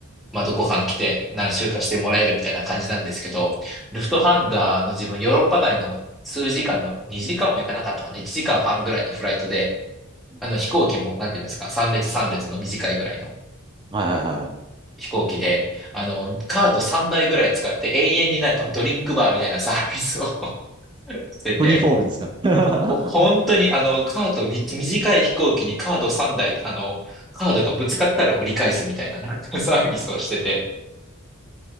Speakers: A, in the centre; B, on the right (about 20°).
A: まあ、どこか来て何週かしてもらえるみたいな感じなんですけど、ルフトハンザの自分、
B: うん
A: ヨーロッパ内の数時間の、2時間も行かなかったかな、1時間半ぐらいのフライトで、
B: うん
A: あの飛行機も、なんていうんですか、3列3列の短いぐらいの
B: はいはいはいはい。
A: 飛行機で、あの、カート3台ぐらい使って永遠になんかドリンクバーみたいなサービスを <laughs> してて、
B: フリーフォールですか。<laughs>
A: 本当にあの、カートみ、短い飛行機にカード3台、あの、カードがぶつかったら折り返すみたいな、なんかサービスをしてて、